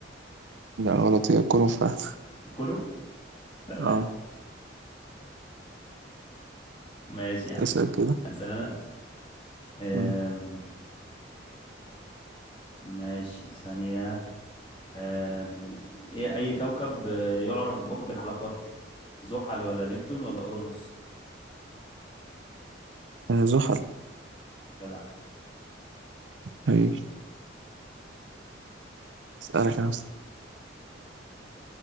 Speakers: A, on the right; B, on the left.
A: لا غلط هي كولوم فعلا
B: كولوم تمام
A: اه
B: ماشي يا عم
A: اسأل كده
B: اسال انا آم،
A: مم.
B: ماشي ثانية أم... إيه أي كوكب آه، يعرف بكوكب الحلقات زحل ولا نبتون ولا أورانوس
A: آه زحل
B: جدع
A: هي اسألك انا س-